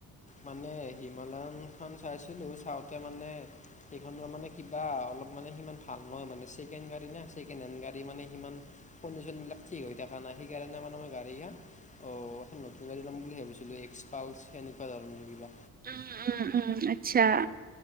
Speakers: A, on the left (about 15°); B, on the right (about 25°).
A: মানে হিমালয়নখন চাইছিলোঁ চাওঁতে মানে সেইখন মানে কিবা অলপমান মানে সিমান ভাল নহয় মানে ছেকেণ্ড গাডী না ছেকেণ্ড হেণ্ড গাড়ী মানে সিমান কনডিচনবিলাগ ঠিক হৈ থাকা নাই সেইকাৰণে আমাৰ গাড়ী খান অ এখন নতুন গাড়ী লম বুলি ভাবিছিলোঁ এক্স পালচ সেনকুৱা ধৰণৰ কিবা
B: উম উম উম আচ্ছা